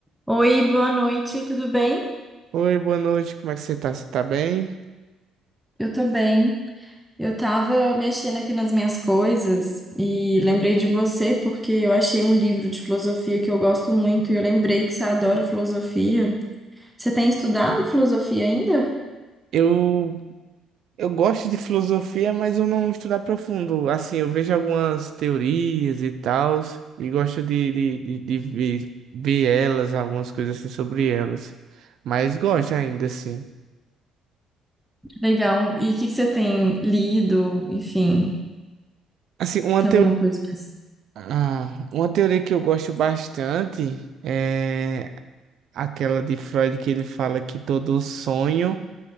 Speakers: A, in the centre; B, on the right.
A: Oi, boa noite, tudo bem?
B: Oi, boa noite, como é que você tá? Você tá bem?
A: Eu tô bem. Eu tava mexendo aqui nas minhas coisas e lembrei de você porque eu achei um livro de filosofia que eu gosto muito e eu lembrei que você adora filosofia. Você tem estudado filosofia ainda?
B: Eu, eu gosto de filosofia, mas eu não estudo a profundo. Assim, eu vejo algumas teorias e tal, e gosto de, de, de, de ver, ver elas, algumas coisas assim sobre elas. Mas gosto ainda, assim.
A: Legal. E o que que você tem lido? Enfim,
B: Assim, uma
A: tem
B: teoria,
A: alguma coisa pra...
B: ah, uma teoria que eu gosto bastante é aquela de Freud que ele fala que todo sonho